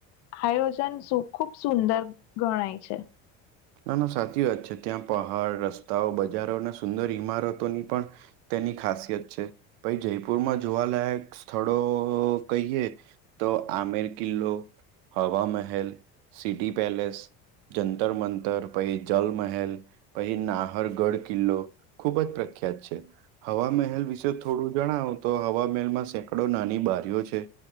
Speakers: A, on the left (about 55°); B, on the right (about 75°).
A: આયોજન ખુબ સુંદર ગણાય છે.
B: ના, ના સાચી વાત છે ત્યાં પહાડ રસ્તાઓ બજારો અને સુંદર ઇમારતોની પણ તેની ખાસિયત છે ભાઈ જયપુરમાં જોવાલાયક સ્થળો કહીએ. તો આમીર કિલ્લો હવા મહેલ સિટી પેલેસ જંતર મંતર પછ જલમહેલ પહી નાહરગઢ કિલ્લો ખૂબ જ પ્રખ્યાત છે. હવા મહેલ વિશે થોડું જણાવો તો હવા મહેલમાં સેંકડો નાની બારીઓ છે.